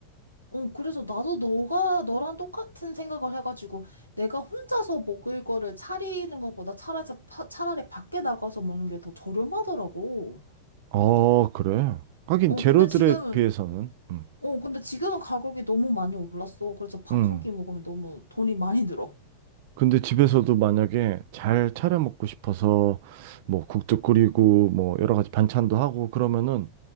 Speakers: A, on the right; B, on the right.
A: 어, 그래서 나도 너가, 너랑 똑같은 생각을 해가지고, 내가 혼자서 먹을 거를 차리는 것보다 차라리, 파- 차라리 밖에 나가서 먹는 게 더 저렴하더라고.
B: 어, 그래. 하긴
A: 어,
B: 재료들에
A: 근데 지금은,
B: 비해서는. 음.
A: 어, 근데 지금은 가격이 너무 많이 올랐어. 그래서 밥
B: 음.
A: 한 끼 먹으면 너무 돈이 많이 들어.
B: 근데 집에서도 만약에 잘 차려 먹고 싶어서 뭐 국도 끓이고 뭐 여러 가지 반찬도 하고 그러면은